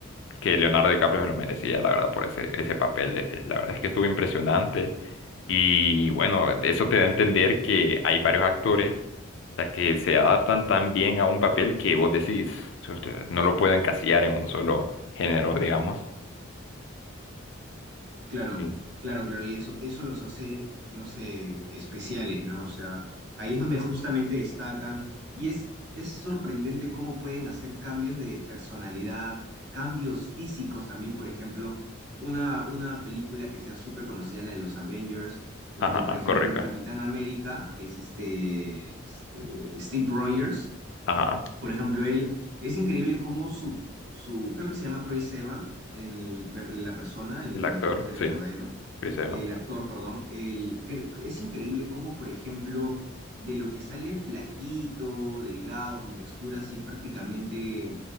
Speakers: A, on the left; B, on the right.
A: que Leonardo DiCaprio se lo merecía, la verdad, por ese, ese papel. Eh, La verdad es que estuvo impresionante. Y bueno, eso te da a entender que hay varios actores, o sea, que se adaptan tan bien a un papel que vos decís, "Usted, no lo puedo encasillar en un solo género, digamos.
B: Claro,
A: Sí.
B: claro, claro, y eso, eso los hace, no sé, especiales, ¿no? O sea, ahí es donde justamente destacan y es, es sorprendente cómo pueden hacer cambios de personalidad, cambios físicos también, por ejemplo, una, una película que sea súper conocida, la de los Avengers, donde,
A: Ajá,
B: por ejemplo,
A: correcto.
B: el Capitán América, que es este, este Steve Rogers,
A: Ajá,
B: por ejemplo, él es increíble cómo su, su creo que se llama Chris Evans, el per- la persona, el
A: el actor,
B: nombre
A: sí,
B: verdadero,
A: Chris Evans.
B: el actor, perdón, el, cre- es increíble cómo, por ejemplo, de lo que sale flaquito, delgado, con textura así prácticamente